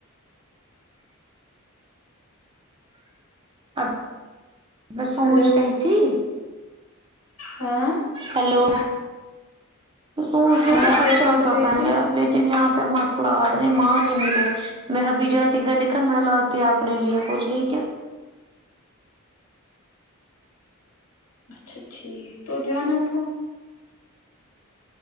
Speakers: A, on the right (about 20°); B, on the left (about 85°).
A: اب میں سوچ
B: ہلو
A: رہی تھی
B: ہاں
A: ہیلو سوچ رہ
B: ہاں
A: کہ
B: کیا
A: اچھا
B: سوچ
A: سبپ
B: رہے تھے
A: یار لیکن یہاں پہ مسئلہ اور نہیں مان ملے میں ابھی جاتی گ نکن مل آتی اپنے لیے کچھ نہیں کیا
B: اچھا ٹھیک تو جانا تھا